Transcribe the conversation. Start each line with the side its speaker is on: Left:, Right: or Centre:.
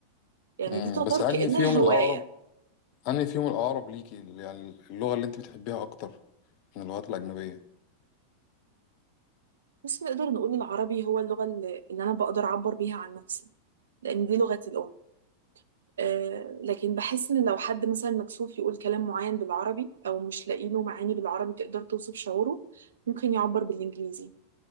Right: يعني
Left: امم
Right: دي تعتبر
Left: بس أنهي
Right: كانها
Left: فيهم
Right: <laughs> هوايه
Left: الأقرب أنهي فيهم الأقرب ليكي يعني اللغة اللي أنت بتحبيها أكتر من اللغات الأجنبية
Right: بس نقدر نقول العربي هو اللغه اللي اللي انا بقدر اعبر بيها عن نفسي لان دي لغتي الام آه، لكن بحس ان لو حد مثلا مكسوف يقول كلام معين بالعربي او مش لاقي له معاني بالعربي تقدر توصف شعوره ممكن يعبر بالانجليزي